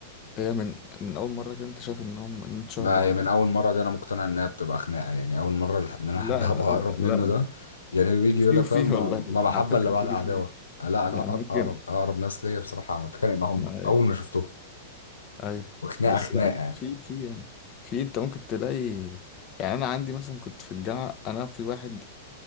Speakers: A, on the left; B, on the left.
A: هي من من اول مرة كده انت شايف ان هم ان انتوا شبه
B: لا
A: بعض
B: هي من
A: يعني
B: اول مرة دي انا مقتنع انها بتبقى خناقة يعني اول مرة لح- ان انا
A: لا
B: حد <laughs> هبقى
A: لا
B: اقرب
A: لا لا
B: منه ده يعني بيجي
A: في
B: يقول لك
A: وفي
B: فاهم
A: والله
B: ما ما محبة
A: على فكرة
B: الا بعد
A: في
B: عداوة
A: وفي
B: لا انا
A: يعني
B: أقر- اقرب
A: ممكن
B: اقرب ناس ليا بصراحة انا بتخانق معاهم
A: ما ايه
B: اول ما شفتهم
A: ايوه
B: وخناقة
A: بس
B: خناقة
A: لا
B: يعني.
A: في في يعني في انت ممكن تلاقي يعني انا عندي مثلا كنت في الجامعة انا في واحد